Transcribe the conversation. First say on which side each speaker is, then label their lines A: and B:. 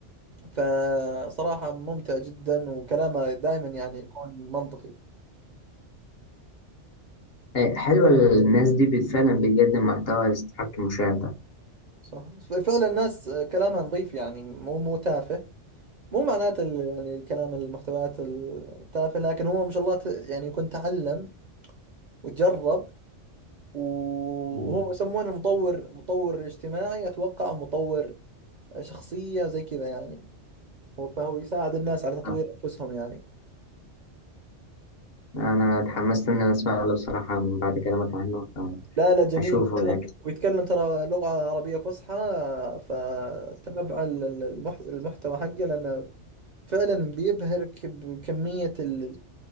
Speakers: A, on the right (about 45°); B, on the left (about 55°).
A: فصراحة ممتع جدا وكلامه دائما يعني يكون منطقي
B: إيه حلوة الناس دي بت- فعلا بتقدم محتوى يستحق المشاهدة
A: صح فعلا الناس كلامها نظيف يعني مو مو تافه مو معناته ال- يعني الكلام المحتويات التافهة لكن هو ما شاء الله ت- يعني يكون تعلم وتجرب وهو
B: مم.
A: يسمونه مطور مطور اجتماعي اتوقع أو مطور شخصية زي كذا يعني هو فهو يساعد الناس على تطوير
B: آه،
A: انفسهم يعني
B: أنا اتحمست إن أنا أسمع له بصراحة من بعد كلامك عنه
A: لا لا جميل
B: فأشوفه
A: يتكلم
B: أكيد
A: ويتكلم ترى لغة عربية فصحى فتابع ال- ال- المح- المحتوى حقه لأنه فعلا بيبهرك بكمية ال-